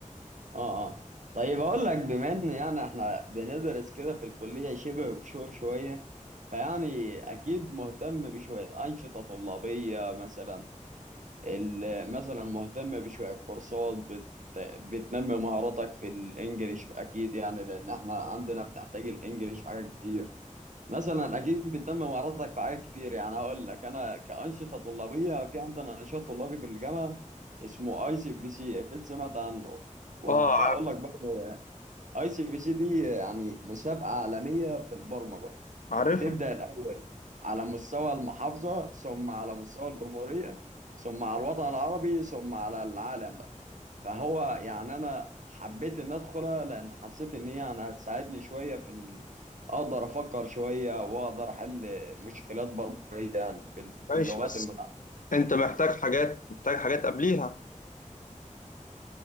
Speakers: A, on the right; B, on the left.
A: اه اه طيب اقول لك بما ان يعني احنا بندرس كده في الكلية شبه بشور شوية فيعني اكيد مهتم بشوية انشطة طلابية مثلا اللي مثلا مهتم بشوية كورسات بت... بتنمي مهاراتك في الانجليش اكيد يعني لان احنا عندنا بنحتاج الانجليش في حاجات كتير مثلا اكيد بتنمي مهاراتك في حاجات كتير يعني هقول لك انا كأنشطة طلابية في عندنا نشاط طلابي في الجامعة اسمه اي سي بي سي اكيد سمعت عنه وهقول
B: اه عارف
A: لك برضه اي سي بي سي دي يعني مسابقة عالمية في البرمجة
B: عارفها
A: بتبدأ الأول على مستوى المحافظة ثم على مستوى الجمهورية ثم على الوطن العربي ثم على العالم بقى فهو يعني أنا حبيت إن أدخلها لأن حسيت إن هي يعني هتساعدني شوية في إني أقدر أفكر شوية وأقدر أحل مشكلات برمجية يعني بال- باللغات
B: ماشي بس
A: المتعددة
B: انت محتاج حاجات محتاج حاجات قبليها